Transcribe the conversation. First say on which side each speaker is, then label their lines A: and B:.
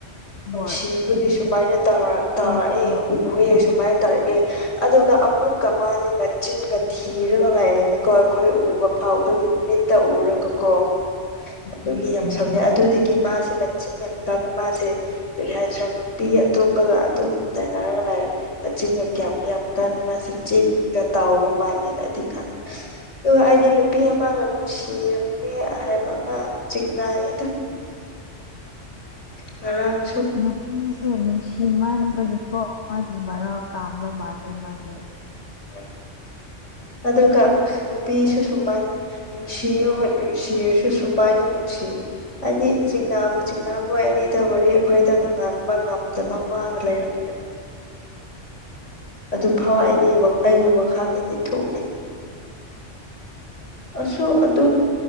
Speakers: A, on the left (about 60°); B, on the left (about 80°).
A: ꯍꯣꯏ
B: ꯅꯨꯡꯁꯤꯕꯒꯤ ꯁꯨꯃꯥꯏꯅ ꯇꯧꯔꯥ ꯇꯧꯔꯛꯑꯦ
A: ꯍꯣꯏ ꯍꯣꯏ
B: ꯎꯋꯦ ꯁꯨꯃꯥꯏ ꯇꯧꯔꯛꯑꯦ ꯑꯗꯨꯒ ꯑꯃꯨꯛꯀ ꯃꯥꯗꯤ ꯃꯆꯤꯟꯒ ꯊꯤꯔꯒ ꯂꯩꯔꯅꯤ ꯀꯣ ꯑꯩꯈꯣꯏ ꯎꯕ ꯐꯥꯎ ꯑꯩꯈꯣꯏꯒꯤ ꯃꯤꯠꯇ ꯎꯔꯒ ꯀꯣ
A: ꯑꯗꯨꯅꯦ
B: ꯑꯗꯨꯒꯤ ꯌꯥꯝ ꯁꯝꯅꯦ ꯑꯗꯨꯗꯤ ꯀꯦ ꯃꯥꯁꯦ ꯃꯆꯤꯟ ꯌꯥꯝ ꯀꯥꯂꯦ ꯃꯥꯁꯦ ꯑꯗꯨ ꯍꯥꯏꯁꯤꯔꯥ ꯅꯨꯄꯤ ꯑꯇꯣꯞꯄꯒ ꯑꯗꯨꯝ ꯇꯩꯅꯔꯒ ꯂꯦ ꯃꯆꯤꯟꯒ ꯀꯌꯥꯝ ꯌꯥꯝ ꯀꯥꯟꯅꯦ ꯃꯥꯁꯦ ꯆꯦꯠꯀ ꯇꯥꯎꯕ ꯃꯥꯜꯂꯦꯅ ꯑꯩꯗꯤ ꯀꯟ
A: <inaudible>
B: ꯑꯣ ꯑꯩꯗꯤ ꯅꯨꯄꯤ ꯑꯃꯒ ꯅꯨꯡꯁꯤꯔꯝꯕꯅꯦ ꯍꯥꯏꯕ ꯑꯃ ꯆꯤꯡꯅꯥꯏꯌꯦꯗ
A: <inaudible>
B: ꯉꯔꯥꯡ
A: ꯅꯨꯄꯤꯁꯦ ꯅꯨꯡꯁꯤꯃꯟꯕꯒꯤꯀꯣ ꯃꯥꯒꯤ ꯃꯔꯥꯜ ꯀꯥꯝꯕ ꯃꯥꯜꯂꯦ ꯃꯥꯁꯦ
B: <inaudible>
A: <inaudible>
B: ꯑꯗꯨꯒ ꯅꯨꯄꯤꯁꯨ ꯁꯨꯃꯥꯏ ꯅꯨꯡꯁꯤꯌꯨ ꯍꯣꯏ ꯅꯨꯡꯁꯤꯔꯁꯨ ꯁꯨꯃꯥꯏꯅ ꯅꯨꯡꯁꯤ ꯍꯥꯏꯗꯤ ꯆꯤꯡꯅꯥꯕꯨ ꯆꯤꯡꯅꯥ ꯃꯣꯏ ꯑꯅꯤꯗ ꯋꯥꯔꯤ ꯑꯩꯈꯣꯏꯗ ꯉꯥꯡꯕ ꯉꯝꯗꯕ ꯋꯥ ꯂꯩꯔꯝꯒꯅꯤ
A: <inaudible>
B: ꯑꯗꯨ
A: ꯎꯝ
B: ꯐꯥꯎ ꯑꯩꯗꯤ ꯋꯥ ꯑꯩꯒꯤ ꯋꯥꯈꯜꯗꯗꯤ ꯊꯣꯛꯑꯦ ꯑꯁꯨ ꯑꯗꯨꯝ